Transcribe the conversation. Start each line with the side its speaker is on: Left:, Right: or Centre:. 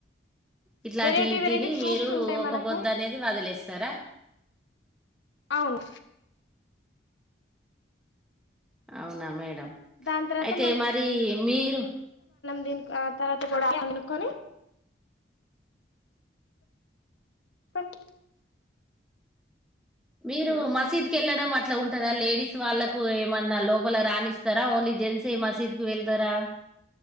Centre: ఇట్లాంటి
Left: వెరైటీ
Centre: తిని
Left: వెరైటీ ఫ్రూట్స్
Centre: మీరు
Left: ఉంటాయి
Centre: ఒక్క
Left: మనకు
Centre: పొద్దు అనేది వదిలేస్తారా
Left: అవును
Centre: అవునా మేడం
Left: దాని తర్వాత
Centre: అయితే మరి మీరు
Left: దీ ఆ తర్వాత కూడా అనుకని <inaudible>
Centre: మీరు
Left: హలో
Centre: మసీద్కి వెళ్ళడం అట్ అట్లా ఉంటందా లేడీస్ వాళ్ళలకు ఏమన్నా లోపల రానిస్తారా ఓన్లీ జెంట్స్ ఏ మసీదుకిి వెళ్తారా